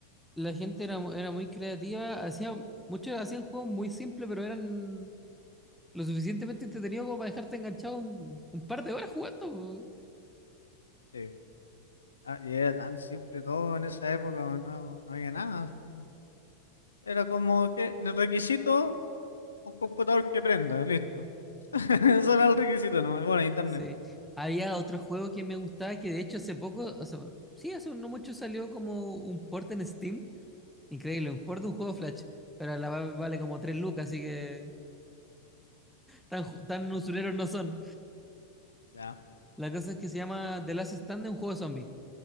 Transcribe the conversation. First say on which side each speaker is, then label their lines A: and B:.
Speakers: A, in the centre; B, on the left (about 75°).
A: la gente era, mu- era muy creativa, hacía, muchos hacían juegos muy simples, pero eran lo suficientemente entretenidos como para dejarte enganchado un, un par de horas jugando.
B: sí, ah, y era tan simple todo en esa época, bueno, no, no había nada, así. Era como que el requisito, un computador que prenda, listo. <laughs> Eso era el requisito, ¿no? Bueno, internet.
A: Sí. Había otro juego que me gustaba que de hecho hace poco, o sea, bueno, sí, hace no mucho salió como un port en Steam. Increíble, un port de un juego Flash. Pero la va- vale como 3 lucas, así que tan, ju- tan usureros no son.
B: Ya,
A: La cosa es que se llama The Last Stand, un juego zombie.